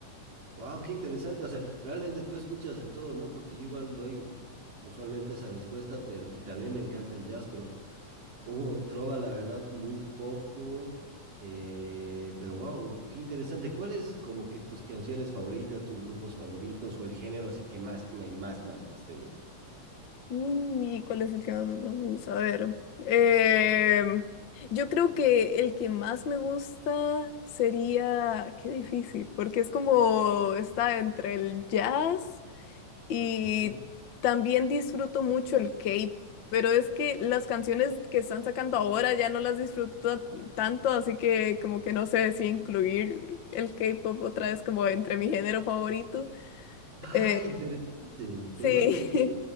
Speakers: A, on the right; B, on the left.
A: Wow, qué interesante. O sea, realmente tú escuchas de todo, ¿no? Porque yo igual doy usualmente esa respuesta, pero, y también me encanta el jazz, pero hubo trova, la verdad, muy poco. eh, pero wow, qué interesante. ¿Cuáles como que tus canciones favoritas, tus grupos favoritos o el género así que más, me, más, más, más te gusta?
B: ¿Y cuál es el que más me más me gusta? A ver. em, yo creo que el que más me gusta sería... Qué difícil, porque es como está entre el jazz. Y
A: Ok.
B: también disfruto mucho el K-pop, pero es que las canciones que están sacando ahora ya no las disfruto tanto, así que como que no sé si incluir el K-pop otra vez como entre mi género favorito.
A: Ah,
B: Eh,
A: interesante.
B: sí,
A: ¿Te gusta el qué?